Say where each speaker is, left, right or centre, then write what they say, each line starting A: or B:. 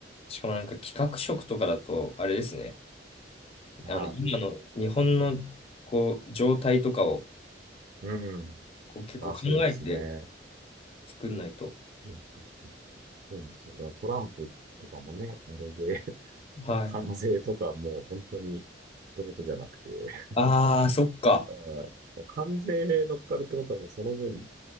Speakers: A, on the left; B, on the right.
A: しかもなんか企画職とかだと、あれですね。
B: は
A: あの、今の日本のこう、状態とかを
B: い。うん。
A: こう結構考えて
B: あ、そうですね。
A: 作んないと。
B: そうそうそうそう。そうなんですよ。だからトランプとかもね、あれで、<laughs>
A: はい。
B: 関税とかもう本当に一言じゃなくて、
A: ああ、そっか。
B: <laughs> あー関税乗っかるってことはもうその分、